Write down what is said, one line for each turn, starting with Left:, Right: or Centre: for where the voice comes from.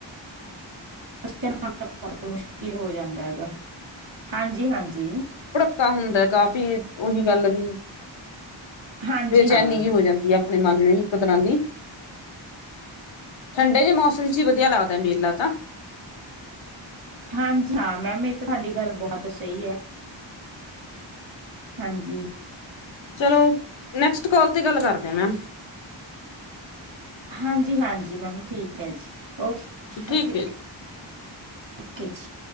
Right: <inaudible> ਬੋਤ ਮੁਸ਼ਕਿਲ ਹੋ ਜਾ ਹੁੰਦਾ ਹੈਗਾ। ਹਾਂਜੀ, ਹਾਂਜੀ।
Left: ਕਾ ਹੁੰਦਾ ਕਾਫੀ, ਓਹੀ ਗੱਲ ਵੀ
Right: ਹਾਂਜੀ
Left: ਬੇਚੈਨੀ
Right: ਹਾਂ
Left: ਜੀ ਹੋ ਜਾਂਦੀ ਆ। ਆਪਣੇ ਮਨ ਨੂੰ ਇਕ ਤਰ੍ਹਾਂ ਦੀ, ਠੰਡੇ ਜਿਹੇ ਮੌਸਮ ਚ ਹੀ ਵਧੀਆ ਲੱਗਦਾ ਮੇਲਾ ਤਾਂ
Right: ਹਾਂਜੀ ਹਾਂ, ਮੈਮ ਇਅ ਤਾਂ ਤੁਹਾਡੀ ਗੱਲ ਬੋਤ ਤਾ ਸਹੀ ਐ। ਹਾਂਜੀ,
Left: ਚਲੋ ਨੈਕਸਟ ਕਾਲ ਤੇ ਗੱਲ ਕਰਦੇ ਮੈਮ
Right: ਹਾਂਜੀ ਹਾਂਜੀ, ਮੈਮ ਠੀਕ ਐ ਜੀ, ਓਕੇ
Left: ਠੀਕ
Right: ਓ,
Left: ਹੈ
Right: ਓਕੇ ਜੀ।